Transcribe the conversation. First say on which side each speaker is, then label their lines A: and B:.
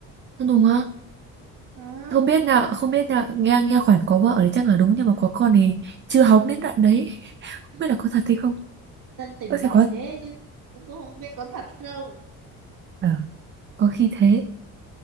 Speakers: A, on the right; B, on the right.
A: Sơn Tùng á
B: đó
A: không biết là không biết là nghe nghe khoản có vợ thì chắc là đúng nhưng mà có con thì chưa hóng đến đoạn đấy <laughs> không biết là có thật hay không
B: dân tình
A: có
B: bảo
A: thể có
B: thế chứ cũng cũng không biết có thật không
A: ờ, có khi thế